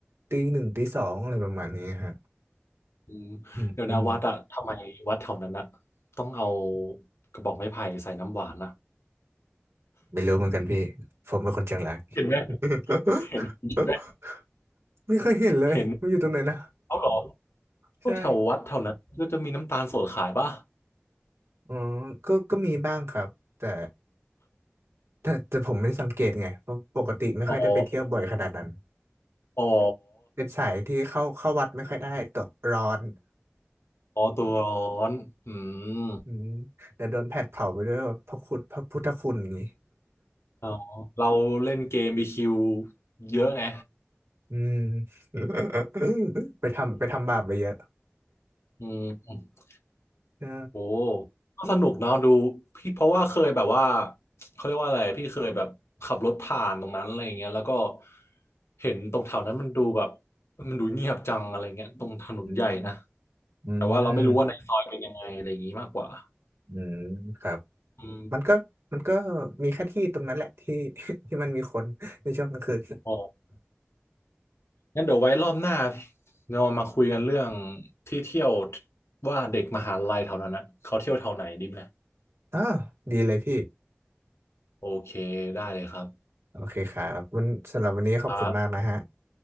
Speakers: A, on the right; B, on the left.
A: ตีหนึ่งตีสองอะไรประมาณนี้ฮะ
B: อืมเดี๋ยวนะวัดอะทำไมวัดแถวนั้นอะ
A: อืมอืม
B: ต้องเอากระบอกไม้ไผ่ใส่น้ำหวานนะ
A: ไม่รู้เหมือนกันพี่ผมเป็นคนเชียงราย
B: เห็นไหม
A: <laughs>
B: เห็นเห็นไหม
A: ไม่เคยเห็นเลยมันอยู่ตรงไหนนะ
B: เห็นเอาเหรอก็แถววัดแถวนั้นก็จะมีน้ำตาลสดขายป่ะ
A: ใช่อืมก็ก็มีบ้างครับแต่แต่แต่ผมไม่สังเกตไงเพราะปกติไม่ค่อยได้ไปเที่ยวบ่อยขนาดนั้น
B: อ๋ออ๋อ
A: เป็นสายที่เข้าเข้าวัดไม่ค่อยได้ตัวร้อน
B: อ๋อตัวร้อนอืม
A: อืมแต่โดนแผดเผาไปด้วยแบบพระคุณพระพุทธคุณอย่างนี้
B: อ๋อเราเล่นเกมบีคิวเยอะไง
A: อืม <laughs> ไปทำไปทำบาปไปเยอะ
B: อืม
A: ใช่
B: โอ้ก็สนุกเนอะดูพี่เพราะว่าเคยแบบว่าเขาเรียกว่าอะไรพี่เคยแบบขับรถผ่านตรงนั้นอะไรอย่างเงี้ยแล้วก็เห็นตรงแถวนั้นมันดูแบบมันดูเงียบจังอะไรเงี้ยตรงถนนใหญ่นะ
A: อืมอื
B: แต่ว่าเราไม่รู้ว่าในซอยเป็นยังไงอะไรอย่างงี้มากกว่า
A: มอืมครับ
B: อืม
A: มันก็มันก็มีแค่ที่ตรงนั้นแหละที่ <laughs> ที่มันมีคนในช่วงกลางคืน
B: อ๋องั้นเดี๋ยวไว้รอบหน้าเรามาคุยกันเรื่องที่เที่ยวว่าเด็กมหาลัยแถวนั้นนะเขาเที่ยวแถวไหนดีไหม
A: อ้าวดีเลยพี่
B: โอเคได้เลยครับ
A: โอเคครับวันสำหรับวันนี้ขอบคุณมากนะฮะ
B: ครับ